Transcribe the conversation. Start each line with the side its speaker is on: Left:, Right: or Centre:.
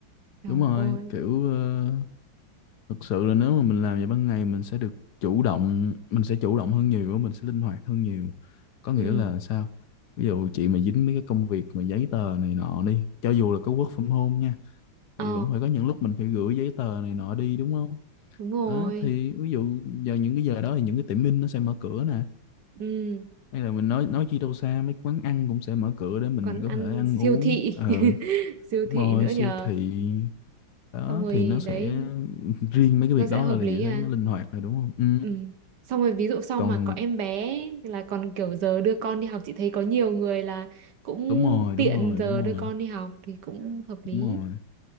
Right: trời
Left: đúng rồi
Right: ơi
Left: kiểu ờ, thực sự là nếu mà mình làm vậy ban ngày mình sẽ được chủ động mình sẽ chủ động hơn nhiều mình sẽ linh hoạt hơn nhiều có nghĩa
Right: ừ
Left: là sao ví dụ chị mà dính mấy cái công việc mà giấy tờ này nọ đi cho dù là có work from home nha
Right: Ờ,
Left: thì vẫn phải có những lúc mình phải gửi giấy tờ này nọ đi đúng không
Right: đúng rồi.
Left: đó thì ví dụ giờ những cái giờ đó thì những cái tiệm in nó sẽ mở cửa nè
Right: Ừ,
Left: hay là mình nói nói chi đâu xa mấy quán ăn cũng sẽ mở cửa để mình
Right: còn
Left: có
Right: ăn
Left: thể ăn
Right: siêu
Left: uống
Right: thị.
Left: ờ
Right: <laughs> Siêu
Left: Đúng
Right: thị
Left: rồi,
Right: nữa
Left: siêu
Right: nhờ.
Left: thị đó
Right: Xong rồi
Left: thì nó sẽ
Right: đấy,
Left: <laughs> riêng mấy cái
Right: nó
Left: việc
Right: sẽ
Left: đó
Right: hợp
Left: là
Right: lý
Left: dễ thấy
Right: à.
Left: nó linh hoạt rồi đúng không? Ừ.
Right: Ừ. Xong rồi ví dụ sau
Left: Còn
Right: mà có em bé là còn kiểu giờ đưa con đi học chị thấy có nhiều người là cũng
Left: đúng rồi,
Right: tiện
Left: đúng rồi,
Right: giờ
Left: đúng rồi,
Right: đưa con đi học thì cũng hợp lý.
Left: đúng rồi.